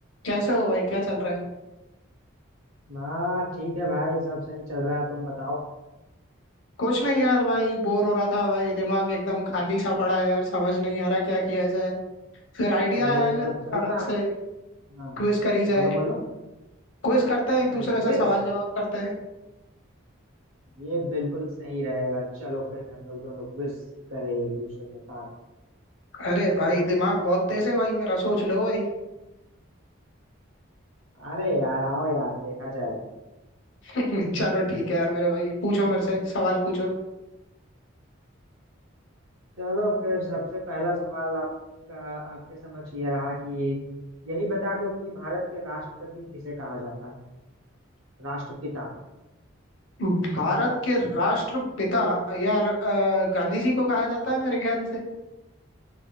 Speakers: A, on the left (about 65°); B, on the right (about 85°).
A: कैसे हो भाई क्या चल रहा है
B: हाँ ठीक है भाई सब सही चल रहा है तुम बताओ
A: कुछ नहीं यार भाई बोर हो रहा था भाई दिमाग एकदम खाली सा पड़ा है यार समझ नहीं आ रहा क्या किया जाए फिर आइडिया
B: अरे
A: आया यार
B: तो
A: अचानक
B: चलो ना
A: से
B: आप हाँ
A: क्विज करी जाए
B: बोलो बोलो
A: क्विज करते हैं एक दूसरे
B: अरे क्विज
A: से सवाल जवाब करते हैं
B: ये बिल्कुल सही रहेगा चलो फिर हम लोग दोनों क्विज करें एक दूसरे के साथ
A: अरे भाई दिमाग बहुत तेज है भाई मेरा सोच लो भाई
B: अरे यार आओ यार देखा जाएगा
A: <laughs> चलो ठीक है यार मेरे भाई पूछो मेरे से सवाल पूछो
B: चलो फिर सबसे पहला सवाल आपका आपके समक्ष ये रहा कि यही बता दो कि भारत के राष्ट्रपति किसे कहा जाता है राष्ट्रपिता
A: भारत के राष्ट्रपिता यार अ, गांधी जी को कहा जाता है मेरे ख्याल से